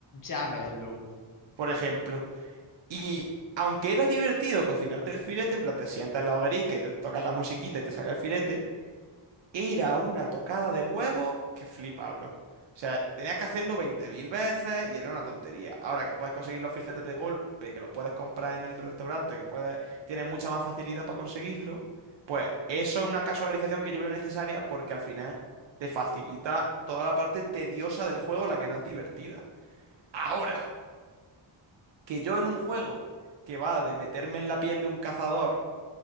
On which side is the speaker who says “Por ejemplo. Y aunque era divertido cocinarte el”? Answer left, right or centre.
Right